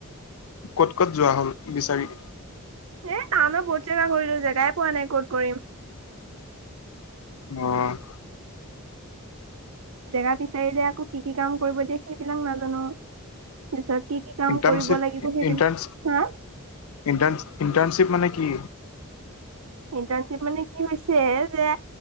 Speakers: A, on the left; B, on the right.
A: ক'ত, ক'ত যোৱা হ'ল বিচাৰি?
B: এ টাউনত বহুত জেগা কৰিলো জেগাই পোৱা নাই ক'ত কৰিম।
A: অ',
B: জেগা বিচাৰিলে আকৌ কি, কি কাম কৰিব দিয়ে সেইবিলাক নাজানো। তাৰিছত কি, কি কাম
A: ইণ্টাৰ্ণশ্বিপ
B: কৰিব লাগিব সেইবিলাক
A: ইণ্টাৰ্ণ
B: হা?
A: ইণ্টাৰ্ণ ইণ্টাৰ্ণশ্বিপ মানে কি?
B: ইণ্টাৰ্ণশ্বিপ মানে কি হৈছে যে